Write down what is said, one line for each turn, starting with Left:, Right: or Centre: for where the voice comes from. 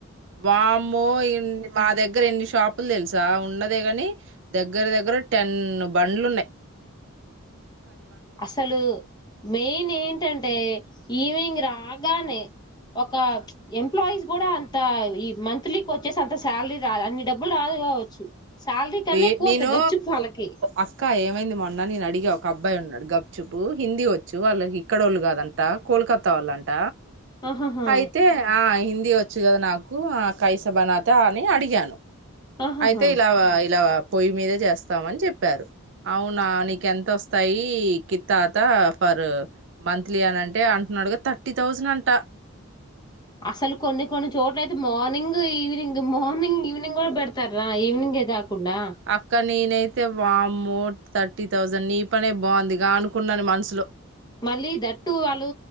Right: వామ్మో ఇన్ మా దగ్గరెన్ని షాపులు దెలుసా ఉన్నదే గని దగ్గర దగ్గర టెన్ బండ్లున్నయి
Left: అసలు మెయిన్ ఏంటంటే ఈవినింగ్ రాగానే ఒక ఎంప్లాయీస్ కూడా అంత ఈ మంత్లీకి వచ్చేసి అంత శాలరీ రా అన్ని డబ్బులు రాదు కావచ్చు శాలరీ కన్నా
Right: ఏ
Left: ఎక్కువ
Right: నేను
Left: వస్తాయి గప్చుప్ వాళ్ళకి
Right: అక్క ఏమైంది మొన్న నేను అడిగా ఒక అబ్బాయున్నాడు గప్చుపు హిందీ వచ్చు వాళ్ళు ఇక్కడోళ్ళు గాదంట కోల్కత్తా వాళ్ళంట
Left: ఆహాహా
Right: అయితే ఆ హిందీ వ చ్చు గద నాకు ఆ కైస బనాత అని అడిగాను
Left: ఆహాహా
Right: అయితే ఇలా ఇలా పొయ్యి మీదే చేస్తామని చెప్పారు అవునా నీకెంత వస్తాయి కిత్తాత ఫర్ మంత్లీ అనంటే అంటున్నాడుగా థర్టీ థౌసండ్ అంట
Left: అసలు కొన్ని కొన్ని చోట్ల అయితే మార్నింగ్ ఈవినింగ్ మార్నింగ్ ఈవినింగ్ గుడ పెడతార్రా ఈవినింగ్ ఏగా కుండా
Right: అక్క నేనైతే వామ్మో థర్టీ థౌసండ్ నీ పనే బాగుందిగా అనుకున్నాను మనసులో
Left: మళ్ళీ దట్టు వాళ్ళు